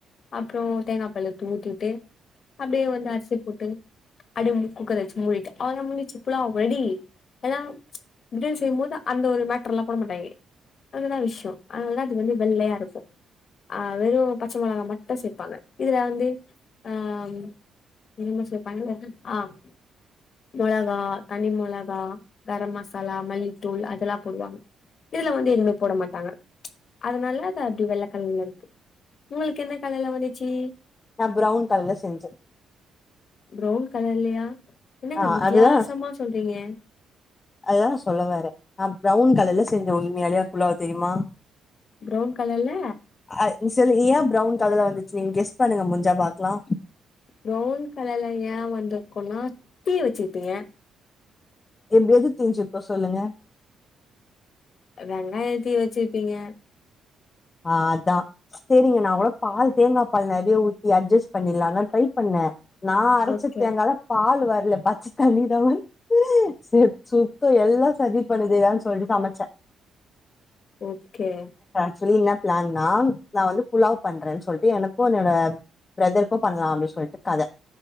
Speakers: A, on the left; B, on the left.
A: அப்புற தேங்காபால் எடுத்து ஊத்திட்டு அப்டியே வந்து அரிசி போட்டு அடிமுடி குக்கர் வச்சி மூடிட்டு அவ்ளோதா முஞ்சிச்சி புலாவ் ரெடி எல்லாம் செய்யும்போது அந்த ஒரு மேட்டர் எல்லா போட மாட்டாங்க அதுதா விஷய <unintelligible> அது வந்து வெள்ளையா இருக்கு ஆஹ் வெறு பச்ச மொளகா மட்டு சேர்ப்பாங்க இதுல வந்து ஆஹ் என்னமோ சேப்பாங்களே ஆஹ் மொளகா தனி மொளகா கரம் மசாலா மல்லித்தூள் அதெல்லா போடுவாங்க இதுல வந்து எதுமே போட மாட்டாங்க அதனால அது அப்டி வெள்ளகலர்ல இருக்கு உங்களுக்கு என்ன கலர்ல வந்துச்சி
B: நா ப்ரவுன் கலர்ல செஞ்சே
A: பிரவுன் கலர்லியா என்னங்க
B: ஆ
A: வித்தியாசமா
B: அதுதா
A: சொல்றீங்க
B: அதுதா நா சொல்லவறே நா பிரவுன் கலர்ல செஞ்சே உண்மைலே புலாவ் தெரியுமா
A: ப்ரவுன் கலர்ல
B: அது நீ சொல்லு ஏ பிரவுன் அதுல வந்துச்சு நீங்க கெஸ் பண்ணுங்க முஞ்சா பாக்கலாம்
A: ப்ரவுன் கலர்ல ஏன் வந்துருக்கோன்னா தீய வச்சிருப்பீங்க
B: இப்ப எது தீன்சு இருக்கும் சொல்லுங்க
A: வெங்காய தீ வச்சுருப்பீங்க
B: ஆஹ் அதான் சரிங்க நான் கூட பால் தேங்காபால் நெறைய ஊத்தி அட்ஜஸ்ட் பண்ணலாம் நா ட்ரை பண்ணேன் நா அரைச்ச
A: ஓகே
B: தேங்கால பால் வர பச்ச தண்ணி தான் வருது சுத்தம் எல்லா சதி பண்ணுதே சொல்லிட்டு சமைச்சேன்
A: ஓகே
B: ஆக்சுவலி என்ன பிளான்னா நான் வந்து புலாவ் பண்றேன்னு சொல்லிட்டு எனக்கும் என்னோட பிரதருக்கும் பண்ணலாம் அப்டி சொல்லிட்டு கதை